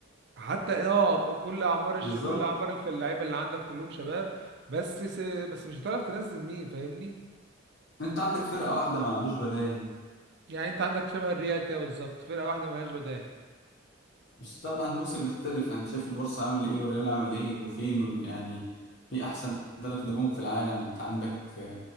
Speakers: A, on the right; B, on the left.
A: حتى إيه، اه ك- كل اعمار الش...
B: بالظبط
A: كل اعمار الف- اللعيبه اللي عندك كلهم شباب بس س... بس مش هتعرف تنزل مين فاهمني
B: انت عندك فرقة واحدة ما عندوش بدايل
A: يعني انت عندك شبه الريال كده بالظبط فرقة واحدة ملهاش بدايل
B: بس طبعا الموسم يختلف انت شايف البورصة عامل ايه والريال عامل ايه وفين يعني في احسن ثلاث نجوم في العالم انت عندك آه،